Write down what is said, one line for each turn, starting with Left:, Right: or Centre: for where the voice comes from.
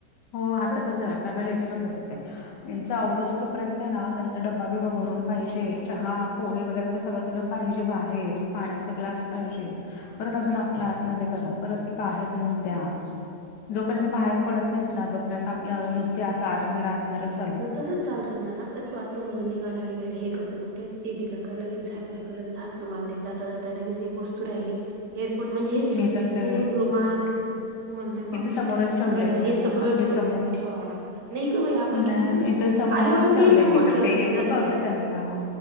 Left: हो हातातच
Right: सग
Left: झालं, पगार याचं पण तसंच आहे. यांचा आवरूस तोपर्यंत हेना, त्यांचा डब्बा -बिबा भरून पाहिजे चहा, पोळी वगैरेच सगळं तिथं पाहिजे बाहेर, पाण्याचा ग्लास पाहिजे. परत अजून आपल आतमध्ये करा, परत ते बाहेर नेऊन द्या. जोपर्यंत बाहेर पडत नाहीत ना तोपर्यंत आपलं नुसती असं आतभायर -आतभायरच.
Right: मग तुच उचालत ना हात? तर बाथरूम मधून निघाला निघाले हे कपडे कुठेय? ते दिलं का? लगेच झाल का? लगेच हात रूमाल द्यायचा जाता -जाता लगेच एक वस्तू राहिली हेडफोन म्हणजे
Left: मी तर
Right: हेडफोन
Left: ते
Right: रुमाल तुम्हाला ते पाकिट
Left: मी समोरच ठेवलंय
Right: घड्याळ
Left: ते
Right: हे सगळं
Left: जे
Right: ठेव-
Left: समोर
Right: ठेवाव लागत नाही ग बाई आपण
Left: नाही
Right: किती तेनी
Left: इथं समोरच
Right: आल्यावर
Left: ठेवलंय
Right: तेनी समोर
Left: मी तर
Right: ठेवत
Left: ते
Right: नाही ना
Left: ब
Right: गम
Left: कळतं त्यांना